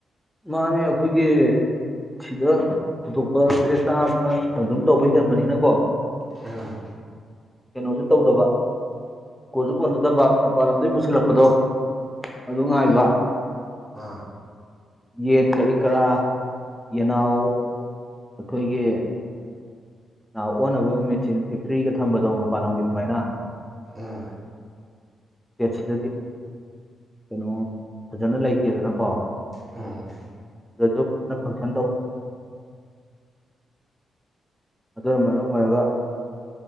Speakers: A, in the centre; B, on the right (about 40°).
A: ꯃꯥꯅꯦ ꯑꯈꯣꯏꯒꯤ ꯁꯤꯗ ꯄꯨꯊꯣꯛꯄ ꯗ꯭ꯔꯦꯁ ꯆꯥꯕꯅ ꯑꯗꯨꯝ ꯇꯧꯕ ꯍꯦꯟꯕꯅꯤꯅꯀꯣ
B: ꯑꯝ
A: ꯀꯩꯅꯣꯁꯨ ꯇꯧꯗꯕ ꯀꯣꯟꯁꯨ ꯀꯣꯟꯅꯗꯕ ꯃꯄꯥꯟ ꯂꯝꯗꯒꯤ ꯄꯨꯁꯤꯜꯂꯛꯄꯗꯣ ꯑꯗꯨ ꯉꯥꯏꯕ
B: ꯑꯥ
A: ꯌꯦꯟ ꯀꯔꯤ ꯀꯔꯥ ꯌꯦꯅꯥꯎ ꯑꯈꯣꯏꯒꯤ ꯑꯣꯟꯅꯕ ꯃꯦꯆꯤꯟ ꯐꯦꯛꯗꯒ ꯊꯝꯕꯗꯣ ꯃꯄꯥꯜ ꯂꯝꯒꯤ ꯑꯗꯨꯃꯥꯏꯅ
B: ꯎꯝ
A: ꯁ꯭ꯇꯦꯠ ꯁꯤꯗꯗꯤ ꯀꯩꯅꯣ ꯐꯖꯅ ꯂꯩꯇꯦꯗꯅꯀꯣ
B: ꯑꯝ
A: ꯁꯨ ꯐꯪꯁꯟ ꯇ ꯑꯗꯨꯅ ꯃꯔꯝ ꯑꯣꯏꯔꯒ